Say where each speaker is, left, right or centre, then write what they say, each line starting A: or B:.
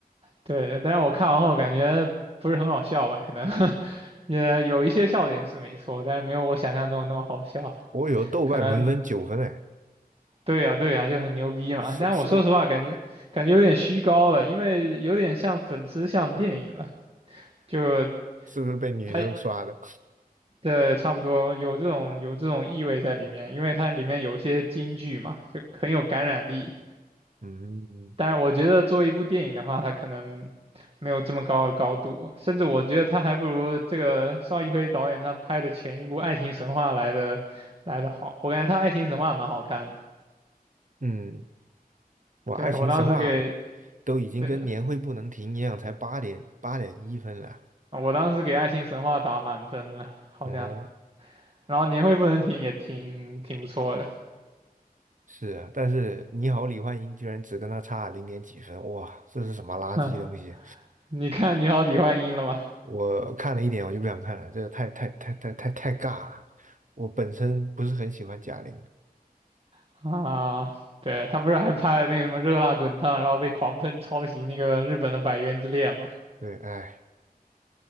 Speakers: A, on the right; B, on the right.
A: 对，但是我看完后感觉不是很好笑吧？可能 <laughs> 也有一些笑点是没错，但是没有我想象中那么好笑。
B: 我有豆瓣评分九分哎，
A: 可能对呀，对呀，就很牛逼嘛。
B: 是是不是
A: 但我说实话，感觉感觉有点虚高了，因为有点像粉丝向电影了，就
B: 是不是被女生刷的？
A: 它对，差不多有这种有这种意味在里面，因为它里面有一些金句嘛，就很有感染力。
B: 嗯
A: 但是我觉得作为一部电影的话，它可能没有这么高的高度，甚至我觉得它还不如这个邵艺辉导演他拍的前一部《爱情神话》来的来的好。我感觉他《爱情神话》蛮好看的，
B: 嗯，我爱情神话
A: 对，我当时给，
B: 都已经跟年会不能停一样，
A: 对，
B: 才八点八点一分了。
A: 我当时给《爱情神话》打满分了，好像。
B: 哦、
A: 然后年会不能停也挺挺不错的，
B: 是啊，但是你好，李焕英居然只跟他差零点几分，哇，这是什么垃圾东西？
A: 嗯，你看你好李焕英了吗？
B: 我看了一点我就不想看了，这个太太太太太太尬了。我本身不是很喜欢贾玲，
A: 啊，对，他不是还拍了那个什么《热辣滚烫》，然后被狂喷抄袭那个日本的《百元之恋》吗？
B: 对，哎